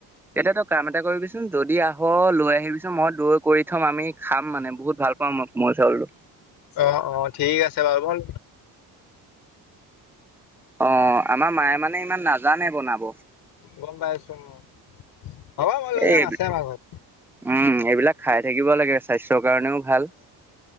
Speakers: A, in the centre; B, on the left.
A: এতিয়া তই কাম এটা কৰিবিচোন যদি আহ লৈ আহিবিচোন মই দৈ কৰি থম আমি খাম মানে বহুত ভাল পাওঁ মই কোমল চাউলটো
B: অ অ ঠিক আছে বাৰু ভল
A: অ আমাৰ মায়ে মানে ইমান নাজানে বনাব
B: গম পাইছো অ'। হ'ব মই লৈ
A: এই
B: যাম আছে আমা ঘৰত
A: উম এইবিলাক খাই থাকিব লাগে স্বাস্থ্যৰ কাৰণেও ভাল